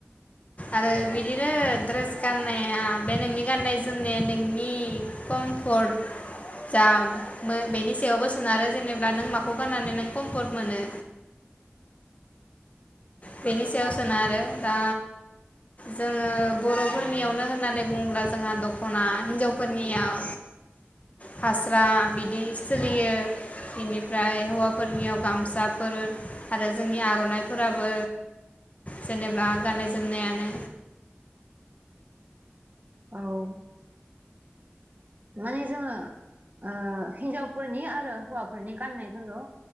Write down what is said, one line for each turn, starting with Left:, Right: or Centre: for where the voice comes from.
Left: आरो बिदिनो ड्रेस गाननाया बे नोंनि गान्नाय जोमनाया नोंनि कमफर्ट जा बेनि सायावबो सोनारो जेनेबा नों माखौ गाननानै नों कम्फर्ट मोनो। बेनि सायाव सोनारो दा जोङो बरफोरनियावनो होननानै बुङोब्ला जोंहा दखना हिनजावफोरनियाव फास्रा बिदि सोलियो बेनिफ्राय हौवाफोरनियाव गामसाफोर आरो जोंनि आरनाइफोराबो जेनेबा गाननाय जोमनायानो
Right: औ माने जोङो ओ हिनजावफोरनि आरो हौवाफोरनि गाननायफोरखौ